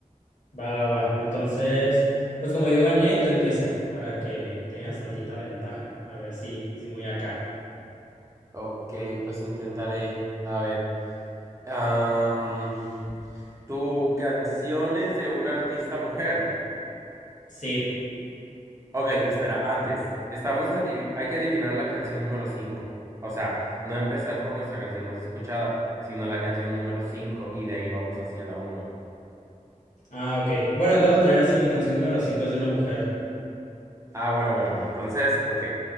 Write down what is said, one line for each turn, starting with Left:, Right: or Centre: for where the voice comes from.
Left: Va, va, va. Entonces, pues como yo gané, tú empieza. Para que tengas tantita ventaja. A ver si, sí, muy acá.
Right: Ok, pues intentaré. A ver, am, ¿tu canción es de una artista mujer?
Left: Sí.
Right: Ok, espera, antes, estamos adivi- hay que adivinar la canción número 5. O sea, no empezar por nuestra canción más escuchada, sino la canción número 5 y de ahí vamos hacia la uno.
Left: Ah, ok. Bueno, de todas maneras, sí, mi canción número 5 es de una mujer.
Right: Ah, bueno, bueno, bueno, entonces, ok.